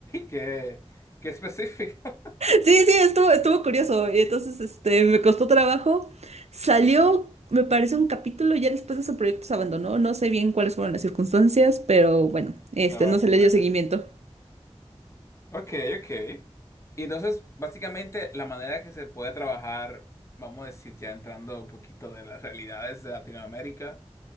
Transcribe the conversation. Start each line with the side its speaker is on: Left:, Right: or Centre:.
Left: qué, qué específico. <laughs>
Right: Sí, sí, estuvo, estuvo curioso. Y entonces, este, me costó trabajo. Salió, me parece, un capítulo. Ya después de ese proyecto se abandonó. No sé bien cuáles fueron las circunstancias, pero bueno, este,
Left: No,
Right: no se
Left: qué
Right: le
Left: pena.
Right: dio seguimiento.
Left: Ok, ok. Y entonces, básicamente, la manera que se puede trabajar, vamos a decir, ya entrando un poquito de las realidades de Latinoamérica,